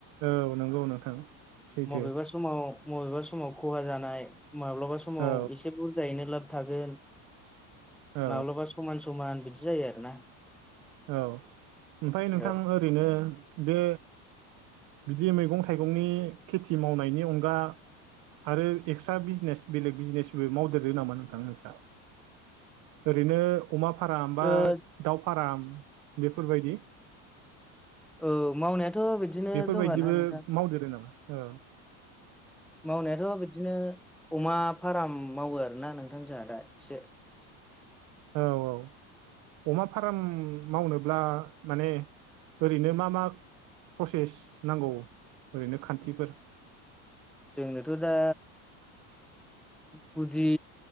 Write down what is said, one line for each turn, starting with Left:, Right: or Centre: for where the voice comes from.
Right: औ नंगौ नोंथां सैथो
Centre: बबेबा समाव बबेबा समाव खहा जानाय माब्लाबा समाव
Right: औ
Centre: एसे बुरजा गायनो लाब थागोन
Right: औ
Centre: माब्लाबा समान समान बिदि जायो आरोना
Right: औ ओमफ्राय नोंथां
Centre: औ
Right: ओरैनो बे बिदि मैगं थाइगंनि खेथि मावनायनि अनगा आरो एक्सट्रा बिजनेस बेलेग बिजनेसबो मावदेरो नामा नोंथां नोंस्रा? ओरैनो अमा फाराम बा
Centre: ओ
Right: दाउ फाराम बेफोरबायदि?
Centre: औ मावनायाथ' बिदिनो
Right: बेफोरबायदिबो
Centre: दं आरोना नोंथां
Right: मावदेरो नामा? ओ
Centre: मावनायाथ' बिदिनो अमा फाराम मावो आरोना नोंथां जोंहा दा एसे।
Right: औ औ अमा फाराम मावनोब्ला माने ओरैनो मा मा प्रसेस नांगौ ओरैनो खान्थिफोर?
Centre: जोंनोथ' दा गुदि